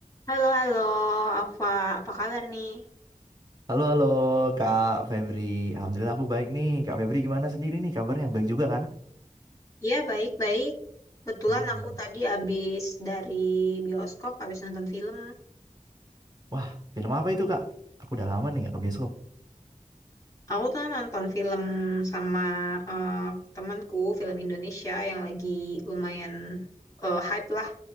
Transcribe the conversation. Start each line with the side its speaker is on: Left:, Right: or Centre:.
Left: Halo, halo, Alfa. Apa kabar nih?
Right: Halo, halo Kak Febri. Alhamdulillah aku baik nih. Kak Febri gimana sendiri nih kabarnya? Baik juga kan?
Left: Iya, baik-baik. Kebetulan
Right: Hmm.
Left: aku tadi habis dari bioskop, habis nonton film.
Right: Wah, film apa itu Kak? Aku udah lama nih nggak ke bioskop.
Left: Aku tuh nonton film sama eh, temanku, film Indonesia yang lagi lumayan eh, hype lah.